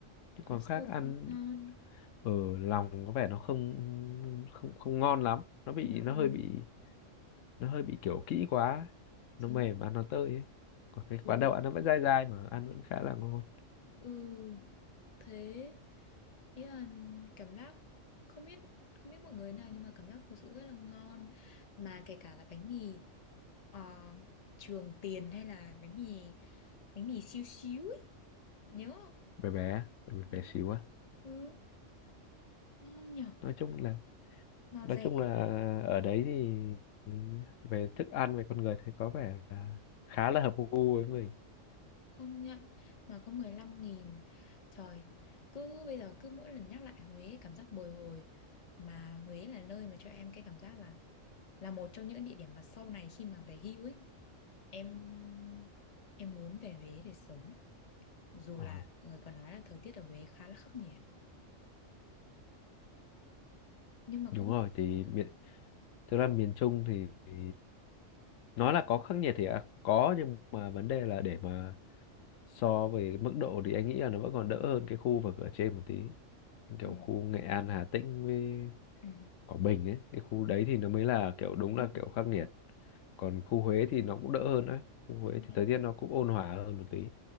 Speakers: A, on the left; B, on the left.
A: cái
B: còn
A: quán
B: sau
A: khác ăn
B: thì không ngon.
A: ở lòng có vẻ nó không không không ngon lắm nó bị
B: Ừ.
A: nó hơi bị nó hơi bị kiểu kỹ quá
B: Chính
A: nó mềm
B: xác.
A: ăn nó tơi ấy còn cái
B: ừ.
A: quán đậu ăn nó vẫn dai dai mà ăn vẫn khá là ngon
B: Ừ, thế ý là cảm giác không biết không biết mọi người nào nhưng mà cảm giác thực sự rất là ngon mà kể cả là bánh mì ờ, Trường Tiền hay là bánh mì bánh mì xíu xíu ấy nhớ không?
A: bé bé bé,
B: Ừ,
A: bé xíu á
B: Ừ, ngon nhở
A: nói chung là
B: mà
A: nói
B: rẻ
A: chung là ở đấy thì thì về thức ăn về con người thấy có vẻ là khá là hợp gu với mình
B: không nhận mà có mười lăm nghìn trời cứ bây giờ cứ mỗi lần nhắc lại Huế cảm giác bồi hồi mà Huế là nơi mà cho em cái cảm giác là là một trong những địa điểm mà sau này khi mà về hưu ấy em em muốn về Huế để sống dù
A: ờ,
B: là người còn nói là thời tiết ở Huế khá là khắc nghiệt nhưng mà
A: đúng
B: cũng
A: rồi
B: trộm
A: thì
B: vía
A: miền thực ra miền Trung thì, thì nói là có khắc nghiệt thì à, có nhưng mà vấn đề là để mà so về mức độ thì anh nghĩ là nó vẫn còn đỡ hơn cái khu vực ở trên một tí kiểu
B: ừ.
A: khu Nghệ An Hà Tĩnh với
B: Ừ.
A: Quảng Bình ấy cái khu
B: Ừ.
A: đấy thì nó mới là kiểu đúng là
B: Công
A: kiểu khắc nghiệt còn khu Huế thì nó cũng đỡ hơn đấy khu Huế
B: công
A: thì
B: nhận.
A: thời tiết nó cũng ôn hòa hơn một tí